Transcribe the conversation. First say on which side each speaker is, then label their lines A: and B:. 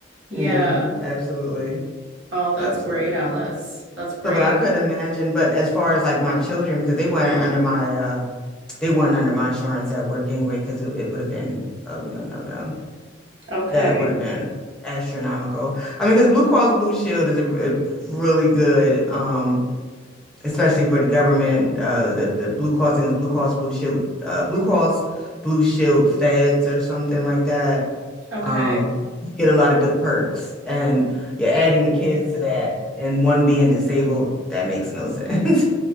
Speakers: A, on the right (about 85°); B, in the centre.
A: Yeah.
B: Yeah, absolutely.
A: Oh, that's
B: Absolutely.
A: great, Alice. That's great.
B: So but I couldn't imagine, but as far as like my children, because they weren't under my uh they weren't under my insurance at work anyway, because it, it would have been oh no no no.
A: Okay,
B: That would have been astronomical. I mean, because Blue Cross Blue Shield is a, a really good, um, especially for the government. Uh, the the Blue Cross and Blue Cross Blue Shield, uh, Blue Cross Blue Shield Feds or something like that.
A: okay.
B: Um, you get a lot of good perks, and you're adding the kids to that, and one being disabled, that makes no sense.